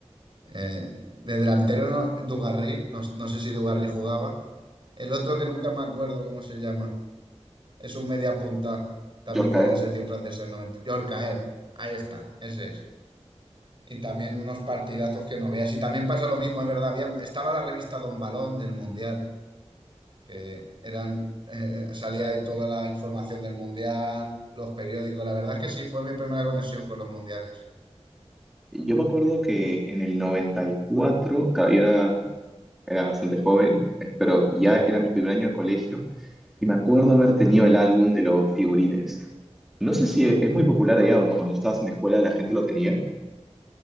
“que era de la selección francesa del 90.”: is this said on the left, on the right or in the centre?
Right